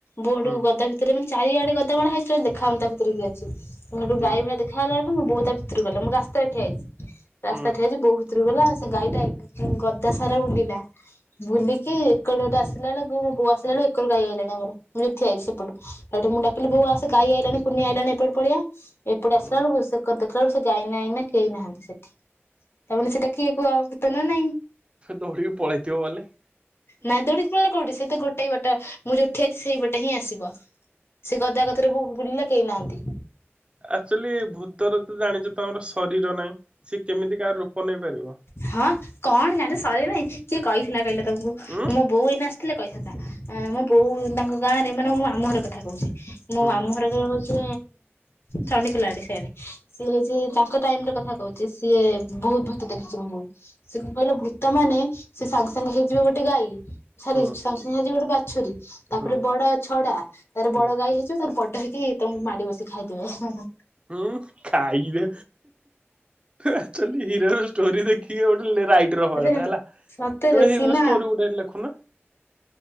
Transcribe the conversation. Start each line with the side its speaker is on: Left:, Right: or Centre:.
Left: ବୋଉ ହେଠୁ
Right: ହୁଁ
Left: ଗଦା ଭିତ ତେରେ ମାନେ ଚାରିଆଡେ ଗଦା ମରା ହେଇଛି ତ ଦେଖା ହେଉନି ତା ଭିତରେ ଅଛି ହେଠୁ
Right: ହୁଁ
Left: ଗାଇ ଭଳିଆ ଦେ ଖା ହେଲାଠୁ ମୋ ବୋଉ ତା ଭିତରୁ ଗଲା। ମୁଁ ରାସ୍ତା ରେ ଠିଆ ହେଇଛି। ରାସ୍ତାରେ
Right: ହୁଁ
Left: ଠିଆଇଛି ବୋଉ ଭୁତରୁକୁ ଗଲା ସେ ଗାଈଟା ଗଦା ସାରା ବୁଲିଲା। ବୁଲିକି ଏକଡ ବାଟେ ଆସିଲା ବେଳକୁୁ ମୋ ବୋଉ ଆସିଲା ବେଳୁ ଏକରୁ ଗାଈ ଆଇଲାଣି ଆମର ମୁଁ ଯୋଇଠି ଠିଆହେଇଛି ସେପଟୁ। ହେଟୁ ମୁଁ ଡାକିଲି ବଉ ଆସେ ଗାଈ ଆଇଲାଣି କୁନି ଆଇଲାଣି ଏପଟକୁ ପଳେଇଆ ଏପଟୁ ଆସିଲା
Right: ହୁଁ
Left: ବେଳକୁ ସେ ଦେଖିଲା ବେଳୁ ସେ ଗାଈ ନାଇ ନା କେହି ନାହାନ୍ତି ସେଠି ତାମାନେ ସେଇଟା କିଏ କୁହ ଭୁତ ନା ନାଇଁ?
Right: ଦୌଡିକି ପଳେଇଥିବ ବଲେ?
Left: ନାଇଁ ଦୋୖଡିକି ପଳେବ କୋଠି ସେ ତ ଗୋଟେଇ ବାଟ। ମୁଁ ଯଉଠି ଠିଆହେଇଛି ସେଇପଟେ ହିଁ ଆସିବ। ସେ ଗଦାକତିରେ ବୋଉ ବୁଲିଲା କେହି ନାହାନ୍ତି।
Right: ଆକ୍ଚୁଆଲି ଭୂତର ତ ଜାଣିଛ ତମର ଶରୀର ନାଇଁ ସି କେମିତି କାହାର ରୂପ ନେଇ ପାରିବ?
Left: ହଁ କଣ ଜାଣି ସରୀର ନାଇଁ? କିଏ କହିଥିଲା କହିଲ ତମକୁ?
Right: ଉଁ
Left: ମୋ ବୋଉ ଏଇନା ଆସିଥିଲେ କହିଥାନ୍ତା। ମୋ ବୋଉ ତାଙ୍କ ଗାଁ ରେ ମାନେ ମୁଁ ଆମ ଘର କଥା କହୁଛି। ମୋ
Right: ହୁଁ
Left: ମାମୁ ଘର ହଉଛି ଚଣ୍ଡିଖୋଲ ଆଡେ ସିଆଡେ। ସିଏ ହୋଉଛି ତାଙ୍କ ଟାଇମରେ କଥା କହୁଛି ସିଏ ବହୁତ ଭୁତ୍ ତ ଦେଖିଚି ମୋ ବୋଉ। ସେ କଣ କହିଲ ଭୂତ ମାନେ ସେ ସାଙ୍ଗେ ସାଙ୍ଗେ ହେଇଯିବେ ଗୋଟେ ଗାଈ ସରି
Right: ହୁଁ
Left: ସାଙ୍ଗେ ସାଙ୍ଗେ ହେଇଯିବେ ଗୋଟେ ବାଛୁରୀ ତାପରେ
Right: ହୁଁ
Left: ବଡ ଛଡା ତାର
Right: ହୁଁ
Left: ବଡ ଗାଈ ହେଇଯିବେ ତାର ବଡ ହେଇକି ତମକୁ ମାଡି ବସି ଖାଇଦେବେ।
Right: ହୁଁ ଖାଇବେ। ଆକ୍ଚୁଆଲି ହିରୋର ଷ୍ଟୋରି ଦେଖିକି ଗୋଟେ ଲେ ରାଇଟର ହବା
Left: ଆରେ
Right: କଥା ହେଲା।
Left: ସତରେ
Right: ଯୋ ହିରୋର
Left: ସିନା
Right: ଷ୍ଟୋରି ଗୋଟେ ହେଲେ ଲେଖୁନ?